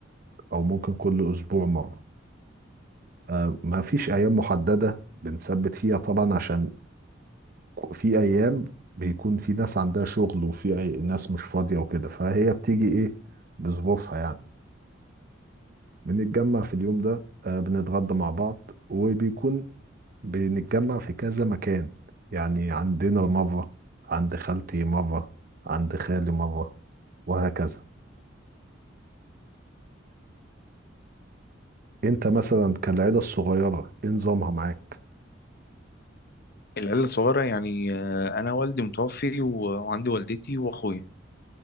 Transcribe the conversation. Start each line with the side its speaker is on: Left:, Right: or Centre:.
Right: أو ممكن كل أسبوع مرة آه، ما فيش أيام محددة بنثبت فيها طبعا عشان في ايام بيكون في ناس عندها شغل وفي أي ناس مش فاضيه وكده فهي بتيجي ايه بظروفها يعني بنتجمع في اليوم ده آه، بنتغدى مع بعض وبيكون بنتجمع في كذا مكان يعني عندنا مره عند خالتي مره عند خالي مره وهكذا انت مثلا كالعيله الصغيره ايه نظامها معاك
Left: العيلة الصغيرة يعني آه، أنا والدي متوفي و- وعندي والدتي وأخويا